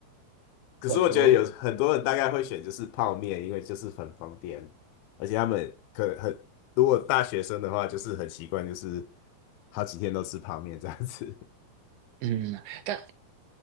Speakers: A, on the left; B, on the right.
A: 可是我觉得有很多人大概会选就是泡面，
B: 对，我
A: 因为就是很方便，而且他们可能很，如果大学生的话，就是很习惯，就是好几天都吃泡面这样子。<laughs>
B: 嗯，但